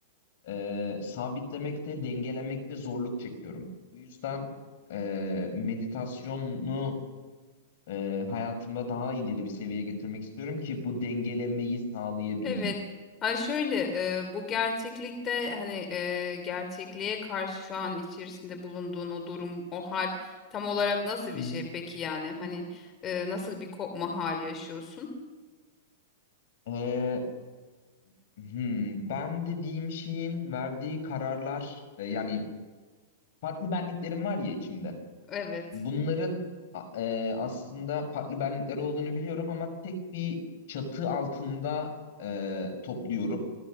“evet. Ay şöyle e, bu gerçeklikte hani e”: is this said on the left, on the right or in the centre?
Left